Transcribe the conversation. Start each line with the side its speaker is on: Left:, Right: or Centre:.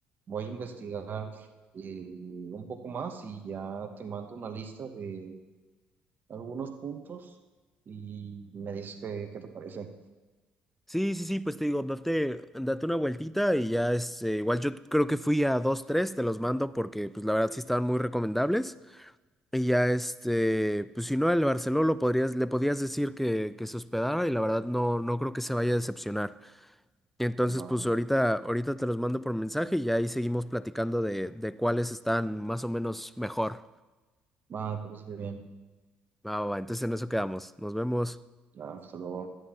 Right: voy a investigar eh, un poco más y ya te mando una lista de algunos puntos y me dices qué, qué te parece.
Centre: Sí, sí, sí, pues te digo, date, date una vueltita y ya es, eh, igual yo creo que fui a dos, tres, te los mando porque pues la verdad sí estaban muy recomendables y ya este, pues si no, el Barceló lo podrías, le podías decir que, que se hospedara y la verdad no, no creo que se vaya a decepcionar. Entonces
Right: Va,
Centre: pues ahorita, ahorita te los mando por mensaje y ya ahí seguimos platicando de, de cuáles están más o menos mejor.
Right: va, me parece bien.
Centre: Va, va, va, entonces en eso quedamos, nos vemos.
Right: Hasta luego.